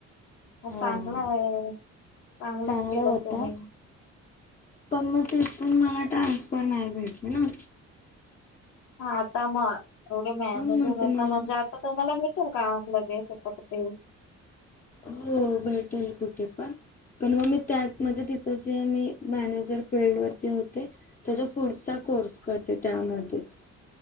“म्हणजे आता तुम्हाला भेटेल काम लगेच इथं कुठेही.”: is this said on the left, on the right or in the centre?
Left